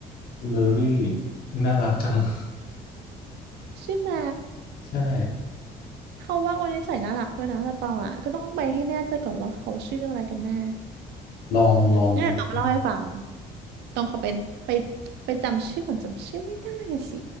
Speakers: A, on the left; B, on the right.
A: คิมเบอรี่น่ารักจัง <laughs>
B: ใช่ไหม
A: ใช่
B: เขาว่าวันนี้ใส่น่ารักด้วยนะแต่ตองอ่ะก็ต้องไปให้แน่ใจก่อนว่าเขาชื่ออะไรกันแน่
A: ลองลองลอง
B: เนี่ยต้องมาเล่าให้ฟังต้องเขาไปไปไปจำชื่อก่อนจำชื่อไม่ได้อะสิ